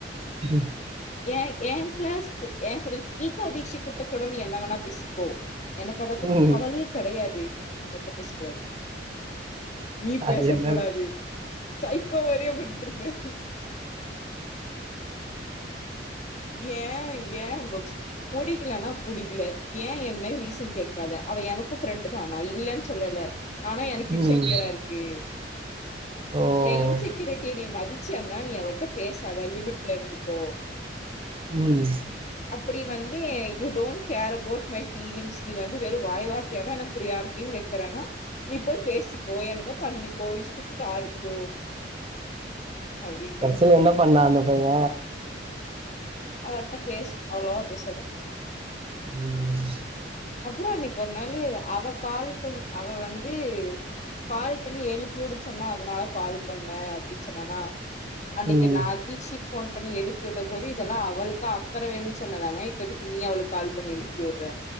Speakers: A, on the right; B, on the left.
A: ஹம்
B: ஏ ஏ கிளாஸ் பு ஏ ஸ்டூடண்ஸ் கீதா தீக்ஷி குட்டு கூட நீ என்ன வேணா பேசிக்கோ எனக்கு அத பத்தி
A: ம்
B: கவலையே கெடையாத் து அவட்ட பேசக்கூடாது நீ
A: அது
B: பேசக்கூடாது
A: என்னது
B: சைக்கோ மாரியே பண் ட்ருக்குமே ஏ ஏ கோச் புடிக்கலனா புடிக்கல ஏ என்ன ரீசன் கேட்காத அவ எனக்கூ ஃப்ரெண்டு தா நா இல்லன்னு சொல்லல ஆனா எனக்கு இன்செக்யூராருக்கு
A: ம் ஓ
B: ஏ இன்செக்யூரிட்டிய நீ மதிச்சேனா நீ அவிட்ட பேசாத லிமிட்ல இருந்துக்கோ
A: ம்
B: அப்படி வந்து எ you don't care about my feelings நீ வந்து வெறூ வாய் வார்த்தையாதா எனக்கு ப்ரியாரிட்டின் வெக்கிறேனா நீ போய் பேசிக்கோ என்னமோ பண்ணிக்கோ இஷ்டத்துக்கு ஆடிக்கோ அப்டின்ட்டு
A: கடசில என்ன பண்ணா அந்த பைய
B: அவட்ட பேசு அவ்ளவா பேசாத
A: ம்
B: அப்றோ அன்னைக்கு ஒரு நாளு அவ கால் பண் அவ வந்து கால் பண்ணி எழுப்பிவிடு சொன்னா அதனால கால் பண்ண அப்டின்னு சொன்னானா அன்னிக்கு
A: ம்
B: நா தீக்ஷி ஃபோன் பண்ணி எழுப்பிவிட <unintelligible> க்குலா அவளுக்கா அக்கற வேணூனு சொன்னதானே இப்ப நீ அவள்கு கால் பண்ணி எழுப்பிவுட்ற